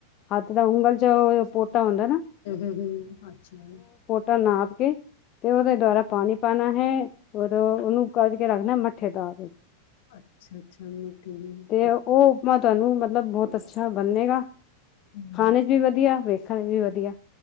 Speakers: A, on the left; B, on the left.
A: ਹੱਥ ਦਾ ਉਂਗਲ ਚ ਤਾਂ ਹੁੰਦਾ ਨਾ
B: <unintelligible> ਅੱਛਾ।
A: ਤਾਂ ਨਾਪ ਕੇ ਤੇ ਉਹਦੇ ਚ ਦੁਆਰਾ ਪਾਣੀ ਪਾਣਾ ਹੈ, ਉਦੋਂ ਉਹਨੂੰ ਕੱਜ ਕੇ ਰੱਖ ਦੇਣਾ ਮੱਠੇ ਤਾ ਤੇ।
B: ਅੱਛਾ-ਅੱਛਾ ਮੈਂ।
A: ਤੇ
B: <unintelligible>
A: ਉਹ ਉਪਮਾ ਤੁਹਾਨੂੰ ਮਤਲਬ ਬਹੁਤ ਅੱਛਾ ਬੰਨੇਗਾ
B: ਹੂੰ
A: ਖਾਣੇ ਚ ਵੀ ਵਧੀਆ ਵੇਖ ਹਾਂਜੀ ਵਧੀਆ।